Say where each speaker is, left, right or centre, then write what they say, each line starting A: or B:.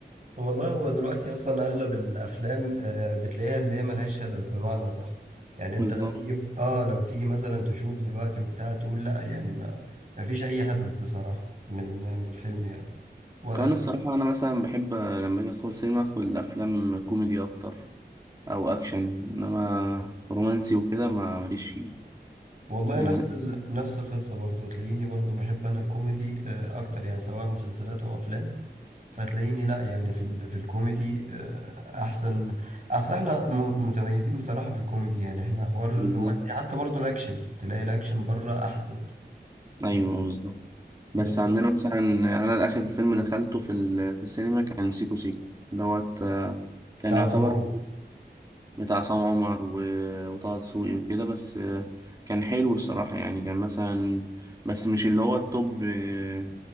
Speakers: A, on the right; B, on the right.
A: والله هو دلوقتي اصلا اغلب الافلام آه، بتلاقيها اللي هي ملهاش هدف بمعنى صح
B: <laughs>
A: يعني انت
B: بالظبط
A: لو تيجي اه لو تيجي مثلا تشوف دلوقتي وبتاع تقول لا يعني ما ما فيش اي هدف بصراحة من من الفيلم يعني ولا-
B: كمان الصراحة أنا مثلا بحب لما أجي أدخل سينما أدخل أفلام كوميدي أكتر أو أكشن إنما رومانسي وكده ما ماليش فيه
A: والله
B: يعني
A: نفس ال... نفس القصة برضو تلاقيني برضو بحب انا الكوميدي آه، اكتر يعني سواء مسلسلات او افلام فتلاقيني لا يعني في ال... في الكوميدي آه، احسن اصل احنا م... متميزين بصراحة في الكوميدي يعني احنا حوار الرومانسي
B: بالظبط
A: حتى برضو الاكشن تلاقي الاكشن بره احسن
B: أيوه
A: إيه،
B: بالظبط
A: بالظبط
B: بس عندنا مثلا يعني أنا آخر فيلم دخلته في ال- في السينما كان سيكو سيكو دوت آه، كان
A: بتاع عصام
B: يعتبر
A: عمر
B: بتاع عصام عمر و... وطه دسوقي وكده بس آه، كان حلو الصراحة يعني كان مثلا بس مش اللي هو التوب آه،